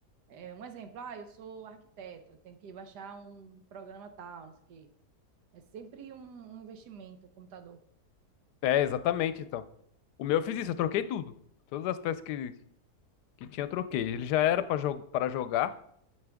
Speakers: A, on the right; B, on the left.
A: É, um exemplo, ah, eu sou arquiteto, eu tenho que baixar um programa tal, não sei o quê. É sempre um, um investimento, o computador.
B: É, exatamente, então. O meu eu fiz isso, eu troquei tudo. Todas as peças que, que tinha eu troquei. Ele já era pra jo para jogar,